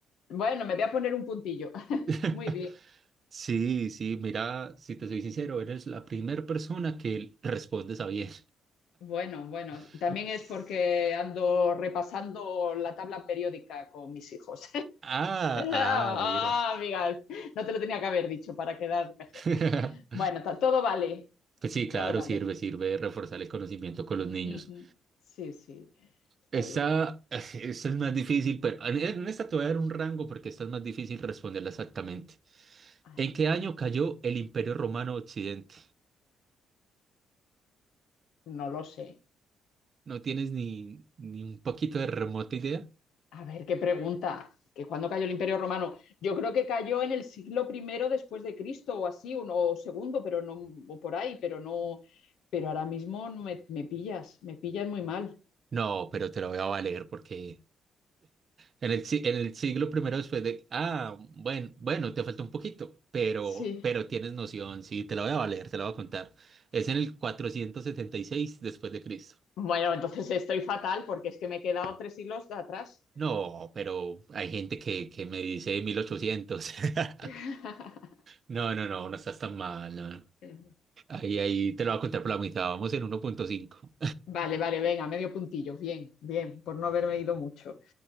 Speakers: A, on the left; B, on the right.
A: Bueno, me voy a poner un puntillo. <laughs>
B: <laughs>
A: Muy bien.
B: Sí, sí, mira, si te soy sincero, eres la primera persona que responde a bien.
A: Bueno, bueno,
B: <laughs>
A: también es porque ando repasando la tabla periódica con mis hijos.
B: Ah, ah,
A: Ah,
B: mira.
A: amigas, no te lo tenía que haber dicho para quedar mejor.
B: <laughs>
A: Bueno, ta- todo vale,
B: Pues sí, claro,
A: todo vale.
B: sirve, sirve reforzar el conocimiento con los niños.
A: Ujú. Sí, sí, está
B: Esta,
A: bien.
B: <laughs> esta es más difícil, pero en en esta te voy a dar un rango porque esta es más difícil responderla exactamente.
A: Ay,
B: ¿En qué año cayó el Imperio Romano Occidente?
A: no lo sé.
B: ¿No tienes ni, ni un poquito de remota idea?
A: A ver, qué pregunta. ¿Que cuándo cayó el Imperio Romano? Yo creo que cayó en el siglo primero después de Cristo o así, o, no- o segundo, pero no, o por ahí, pero no. Pero ahora mismo no me, me pillas, me pillas muy mal.
B: No, pero te lo voy a valer porque en el, si- en el siglo primero después de... Ah, bueno, bueno, te falta un poquito, pero,
A: Sí.
B: pero tienes noción, sí, te la voy a valer, te la voy a contar. Es en el 476 después de Cristo.
A: Bueno, entonces estoy fatal porque es que me he quedado tres hilos de atrás.
B: No, pero hay gente que, que me dice mil ochocientos <laughs>
A: <laughs>
B: No, no, no, no estás tan mal. no.
A: Eh,
B: Ahí, ahí te lo voy a contar por la mitad. Vamos en 1.5.
A: Vale, vale, venga, medio puntillo. Bien, bien, por no haberme ido mucho.